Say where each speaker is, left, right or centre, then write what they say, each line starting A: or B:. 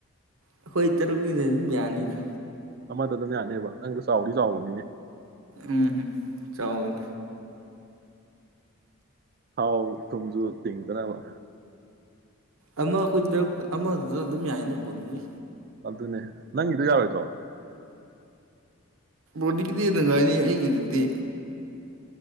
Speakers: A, on the right (about 75°); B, on the right (about 45°).
A: ꯑꯩꯈꯣꯏ ꯇꯔꯨꯛꯀꯤꯗ ꯑꯗꯨꯝ ꯌꯥꯅꯤꯗ
B: ꯑꯃꯗ ꯑꯗꯨꯝ ꯌꯥꯅꯦꯕ ꯅꯪꯗ ꯆꯥꯎꯗꯤ ꯆꯥꯎꯕꯅꯤꯅꯦ
A: ꯎꯝꯝ ꯆꯥꯎꯋꯟ
B: ꯍꯥꯎ ꯊꯨꯝꯁꯨ ꯇꯤꯡꯗꯅꯕ
A: ꯑꯃ ꯑꯩꯈꯣꯏ ꯇ ꯑꯃꯗꯨꯗ ꯑꯗꯨꯝ ꯌꯥꯏꯅ ꯄꯨꯟꯒꯤ
B: ꯑꯗꯨꯅꯦ ꯅꯪꯒꯤꯗꯣ ꯌꯥꯔꯣꯏꯗ꯭ꯔꯣ
A: ꯣꯗꯤꯒꯤ ꯑꯗꯨꯗꯤꯗꯉꯥꯏꯅꯤ ꯑꯩꯒꯤꯗꯗꯤ